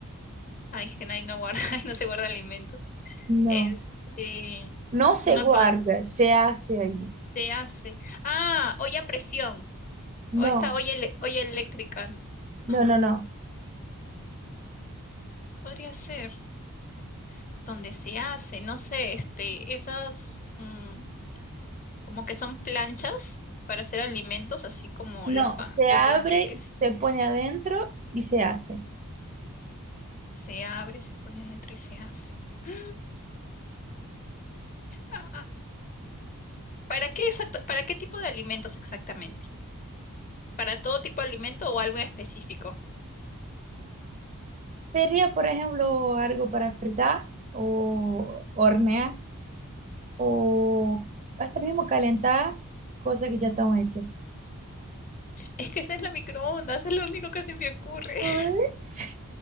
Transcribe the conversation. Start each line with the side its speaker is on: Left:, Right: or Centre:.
Left: Ay, es que ahí no guarda, <laughs> ahí no se guarda alimentos.
Right: No,
Left: Este,
Right: no se
Left: una
Right: guarda,
Left: pan,
Right: se hace ahí.
Left: se hace. Ah, olla a presión,
Right: No,
Left: o esta olla, ele- olla eléctrica, ¿no?
Right: no, no, no.
Left: Podría ser, es donde se hace, no sé, este, esas... mm, como que son planchas para hacer alimentos, así como
Right: No,
Left: los pan,
Right: se
Left: los
Right: abre,
Left: panqueques.
Right: se pone adentro y se hace.
Left: Se abre, se pone adentro y se hace. <gasps> ¡Ah! Ah, ¿Para qué exacto? ¿Para qué tipo de alimentos exactamente? ¿Para todo tipo de alimento o algo en específico?
Right: Sería, por ejemplo, algo para fritar o hornear o hasta mismo calentar cosas que ya están hechas.
Left: Es que esa es la microondas, es lo único que se me ocurre. <laughs>
Right: Ay. sí.